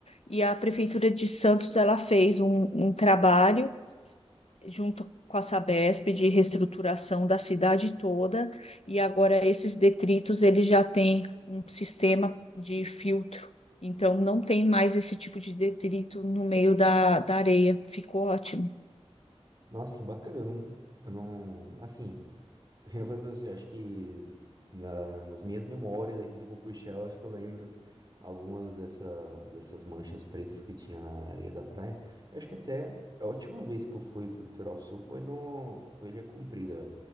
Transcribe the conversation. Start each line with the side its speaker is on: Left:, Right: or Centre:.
Left: E a Prefeitura de Santos, ela fez um, um trabalho junto com a Sabesp de reestruturação da cidade toda, e agora esses detritos, eles já têm um sistema de filtro. Então, não tem mais esse tipo de detrito no meio da, da areia. Ficou ótimo.
Right: Nossa, que bacana. Eu não, eu não, assim, <laughs> eu falei pra você, eu acho que na- nas minhas memórias aqui, se eu for puxar, eu acho que eu lembro algumas dessa, dessas manchas pretas que tinha na areia da praia. Eu acho que até a última vez que eu fui pro Litoral Sul foi no, foi Ilha Comprida.